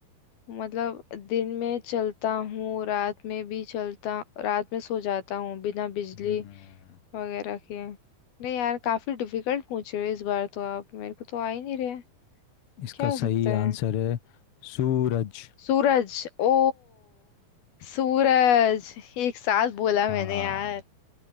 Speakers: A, on the left; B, on the left.
A: मतलब दिन में चलता हूँ रात में भी चलता रात में सो जाता हूँ बिना बिजली
B: हम्म
A: वगैरह के नहीं यार काफी डिफिकल्ट पूछ रहे हो इस बार तो आप मेरे को तो आ ही नहीं रहे
B: इसका
A: क्या हो
B: सही
A: सकता है
B: आंसर है सूरज
A: सूरज ओ सूरज एक साथ बोला
B: हाँ
A: मैंने यार